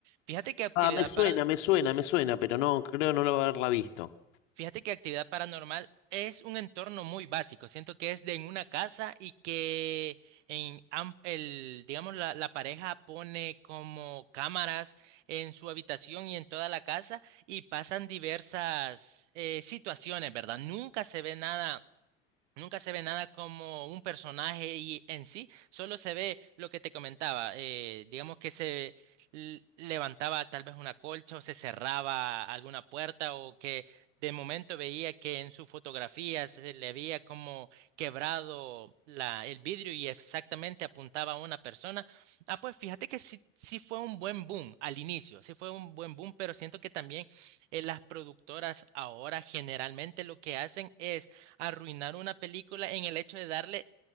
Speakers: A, on the right (about 65°); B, on the left (about 65°).
A: Fíjate que actividad
B: Ah, me suena,
A: para,
B: me suena, me suena, pero no, creo no lo haberla visto.
A: Fíjate que actividad paranormal es un entorno muy básico. Siento que es de en una casa y que en am- el, digamos, la, la pareja pone como cámaras en su habitación y en toda la casa y pasan diversas eh, situaciones, ¿verdad? Nunca se ve nada. Nunca se ve nada como un personaje y en sí, solo se ve lo que te comentaba. eh, digamos que se l- levantaba tal vez una colcha o se cerraba alguna puerta o que de momento veía que en su fotografía se le había como quebrado la, el vidrio y exactamente apuntaba a una persona. Ah, pues fíjate que sí, sí fue un buen boom al inicio, sí fue un buen boom, pero siento que también eh, las productoras ahora generalmente lo que hacen es arruinar una película en el hecho de darle